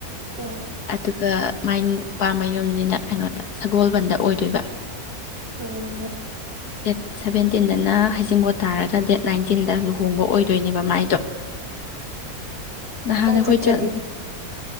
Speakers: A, on the right; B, on the left.
A: ꯑꯥ
B: ꯑꯗꯨꯒ ꯃꯥꯏ ꯄꯥꯝꯕ ꯌꯨꯝꯁꯤꯅ ꯀꯩꯅꯣꯗ ꯁꯒꯣꯜꯕꯟꯗ ꯑꯣꯏꯗꯣꯏꯕ
A: ꯑꯣ
B: ꯗꯦꯠ ꯁꯕꯦꯟꯇꯤꯟꯗꯅ ꯍꯩꯖꯤꯡꯕ ꯇꯥꯔꯒ ꯗꯦꯠ ꯅꯥꯏꯟꯇꯤꯟꯗ ꯂꯨꯍꯣꯡꯕ ꯑꯣꯏꯗꯣꯏꯅꯦꯕ ꯃꯥꯏꯗꯣ ꯅꯍꯥꯟ
A: ꯑꯕ
B: ꯑꯩꯈꯣꯏ
A: ꯆꯠꯇ꯭ꯔꯗꯤ
B: ꯆꯠ